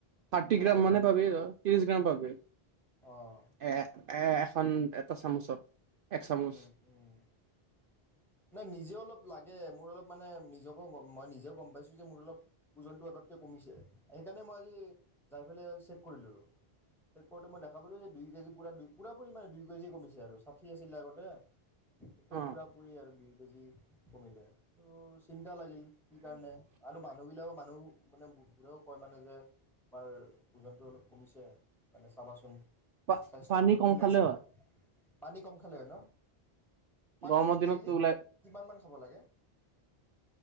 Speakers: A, on the right; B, in the centre.
A: থাৰ্টি গ্ৰাম
B: অঁ
A: মানে পাবি তই। ত্ৰিশ গ্ৰাম পাবি। এ,
B: অঁ
A: এ, এখন এটা চামুচত। এক চামুচ।
B: উম উম। নাই, নিজেও অলপ লাগে। মোৰ অলপ মানে, নিজকো মই নিজেও গম পাইছোঁ যে, মোৰ অলপ ওজনটো আগতকে কমিছে। সেইকাৰণে, মই আজি যাই পেলাই চেক কৰিলোঁ। চেক কৰোঁতে, মই দেখা পালোঁ যে, দুই কেজি পুৰা দুই, পুৰাপুৰি মানে দুই কেজি কমিছে আৰু, ষাঠি আছিলে আগতে! এতিয়া
A: অ
B: পুৰাপুৰি আৰু! দুই কেজি কমিলে। অ! চিন কিয় লাগিল। কি কাৰণে? আৰু মানুহ বিলাকক মানুহবোৰে মানে, বোলে কয় মানে যে, তোমাৰ ওজনটো অলপ কমিছে, মানে চাবাচোন!
A: পা
B: স্বাস্থ্যটো
A: পানী
B: অলপ
A: কম
B: খীনাইছা,
A: খালে হয়।
B: পানী কম খালে হয় ন? পানী
A: গৰমৰ
B: এনে
A: দিনতটো
B: ডেইলী
A: ওলাই
B: কিমান খাব লাগে?